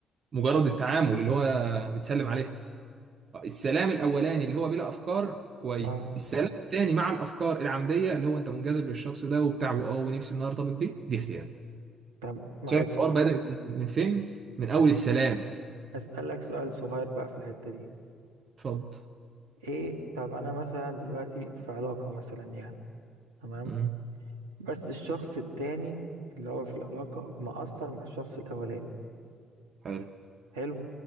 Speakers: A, on the right (about 45°); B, on the right (about 80°).
A: مجرد التعامل اللي هو بتسلم عليه السلام الاولاني اللي هو بلا افكار كويس
B: اه
A: السلام الثاني مع الافكار العمديه اللي هو انت منجذب للشخص ده وبتاع واه ونفسي ان انا ارتبط بيه دي خيانه
B: طب معلش
A: شايف الحوار بادئ من من فين من اول
B: أس-
A: السلام
B: اسألك سؤال صغير بقى في الحتة دي
A: اتفضل
B: ايه طب انا مثلا دلوقتي في علاقة مثلا يعني تمام
A: مم.
B: بس الشخص التاني اللي هو في العلاقة مأثر مع الشخص الأولاني
A: حلو
B: حلو